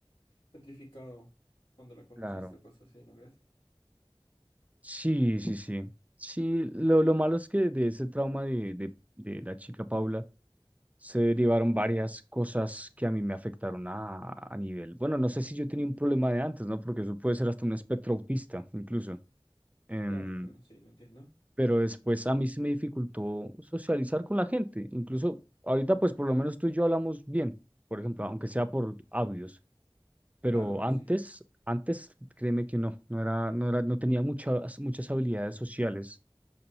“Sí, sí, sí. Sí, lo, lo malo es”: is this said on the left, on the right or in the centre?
Right